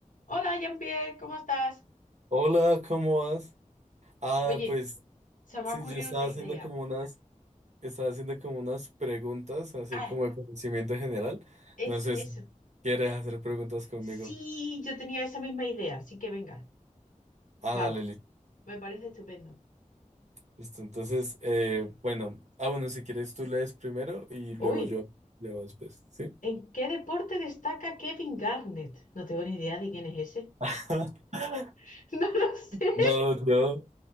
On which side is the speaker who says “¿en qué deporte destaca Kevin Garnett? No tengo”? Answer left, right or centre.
Left